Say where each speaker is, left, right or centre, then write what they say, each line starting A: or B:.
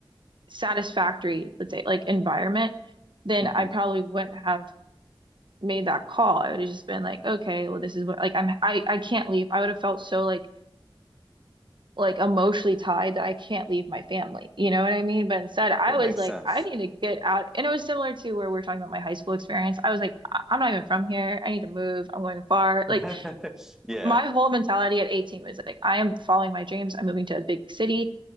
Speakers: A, on the right; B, in the centre.
A: satisfactory, let's say like environment, then
B: hmm
A: I probably wouldn't have made that call, I would have just been like, okay, well, this is what like I'm I I can't leave. I would have felt so like like emotionally tied that I can't leave my family. You know what I mean? But instead, I
B: That makes
A: was like,
B: sense.
A: I need to get out. And it was similar to where we are talking about my high school experience. I was like, I- I'm not even from here. I need to move. I'm going far.
B: <laughs>
A: Like
B: Yeah.
A: my whole mentality at 18 was like, I am following my dreams. I'm moving to a big city.